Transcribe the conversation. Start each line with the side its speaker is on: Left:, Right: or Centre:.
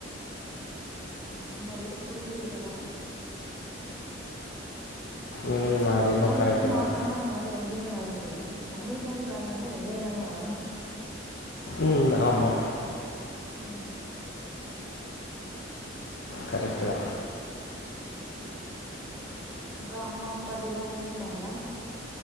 Centre: நம்ம விருப்புப்படி இருக்கிறதுதானே
Left: ம் அது
Centre: மத்தவங்களுக்குன்
Left: என்ன கரெக்டு
Centre: வாழ்ந்தோம்னா
Left: தான்
Centre: நம்மளால எங்கேயுமே வாழ முடியாது நம்மளுக்காண்டி வாழ்ந்தனா எங்க வேணாலு வாழலா
Left: ம் ஆமா
Centre: ம்
Left: கரெட்டு தா
Centre: அப்புறோ அம்மா பாட்டில்லா தூங்கிட்டாங்ளா